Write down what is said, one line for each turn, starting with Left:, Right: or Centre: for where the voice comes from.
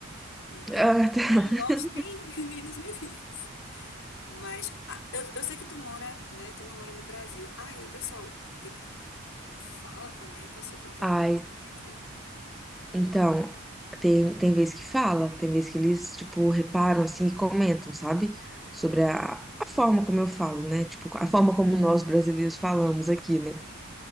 Left: Não tem
Centre: Ah,
Left: ingresso
Centre: tá. <laughs>
Left: nem em hoje, nem, <laughs> nem nos meninos. Mas ah, eu, eu sei que tu mora, né? Tu não mora no Brasil. Aí o pessoal, tipo, fala, comenta sobre o teu
Centre: Ai,
Left: aqui.
Centre: então, tem, tem vez que fala, tem vez que eles, tipo, reparam, assim, e comentam, sabe? Sobre a, a forma como eu falo, né? Tipo, a forma como nós brasileiros falamos aqui, né?
Left: Sim,